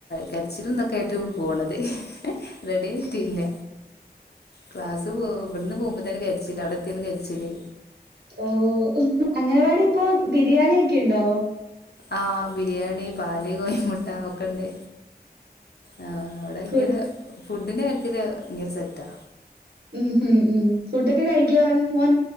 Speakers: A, on the left; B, on the right.
A: കരിച്ചിലുംന്തൊക്കെ ആയിട്ട് പോവണത് ഏ റെഡി ആയിറ്റില്ല ക്ലാസ് പോകുമ്പോഇവ്ട്ന്ന് പോകുമ്പോതന്നെ കരിച്ചില് അവിടെ എത്തിയാലും കരിച്ചില്
B: ഓ അംഗൻവാടി ഇപ്പോ ബിരിയാണി ഒക്കെ ഉണ്ടോ
A: ആഹ് ബിരിയാണി പാല് കോയിമുട്ട ഒക്കെ ഉണ്ട് ആഹ് അവിടെ ഭയങ്കര,
B: കു
A: ഫുഡ്ഡിന്റെ കാര്യത്തില് ഭയങ്കര സെറ്റാ.
B: ഉം ഉം ഉം. ഫുഡ്ഡൊക്കെ കഴിക്കൊ അവൻ മോൻ?